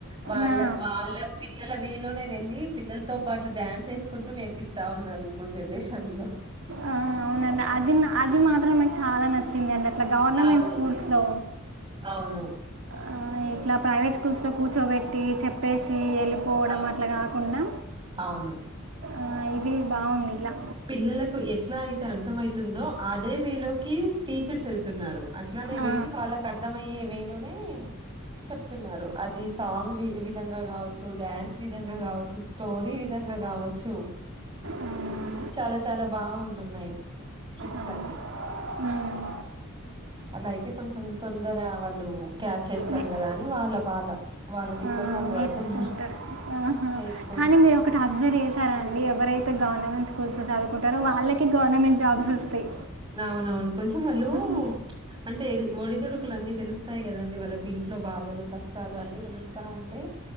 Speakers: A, on the right (about 25°); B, on the right (about 70°).
A: వాళ్ళ
B: నా
A: వాళ్ళ పిల్లల వేలోనే వెళ్ళి పిల్లలతో పాటు డ్యాన్స్ వేసుకుంటూ నేర్పిస్తా ఉన్నారు ఇప్పుడు జనరేషన్ లో
B: ఆ,
A: ఆహ
B: అవునండి అది నా అది మాత్రం నాకు చాలా నచ్చింది అండి అట్ ఇట్లా గవర్నమెంట్
A: అవును.
B: స్కూల్స్లో
A: అవును.
B: ఆ ఇట్లా ప్రైవేట్ స్కూల్స్ లో కూర్చోబెట్టి చెప్పేసి ఎల్ వెళ్ళిపోవడం
A: అవును.
B: అట్లా కాకుండా
A: అవును.
B: ఆ ఇది బాగుంది ఇలా
A: పిల్లలకు ఎట్లా అయితే అర్థం ఐతుందో అదే వే లోకి టీచర్స్ వెళ్తున్నారు అట్లానే
B: ఆ,
A: వెళ్ళి వాళ్ళకు అర్థ అయ్యే వేలోనే చెప్తున్నారు అది సాంగ్ వి విధంగా కావచ్చు డాన్స్ విధంగా కావచ్చు స్టోరీ విధంగా గా కావచ్చు
B: అవునా
A: చాలా చాలా బా వుంటున్నయ్ ట్రిక్స్
B: అవును.
A: అన్ని
B: మ్మ్.
A: అలా అయితే కొంచెం తొందరగా వాళ్ళు క్యాచ్ చేస్తారు
B: నే-
A: కదా అని వాళ్ళ బాధ వాళ్ళ తిప్పలు
B: ఆ,
A: వాల్
B: నేర్చుకుంటారు
A: వడుతున్నరు
B: ఆహా.
A: నేర్చ్
B: కానీ మీరు ఒకటి అబ్జర్వ్ చేసారండి ఎవరైతే గవర్నమెంట్స్ స్కూల్స్ లో చదుకుంటరు వాళ్ళకె గవర్నమెంట్ జాబ్స్ వస్తాయి
A: అవునవును కొంచెం వాళ్ళు
B: ఆహా.
A: అంటే ఎడి ఒడిదుడుకులు అన్నీ తెలుస్తాయి కదండి వాళ్ళకి ట్లో బాధలు కష్టాలు అన్ని తెలుస్తా ఉంటే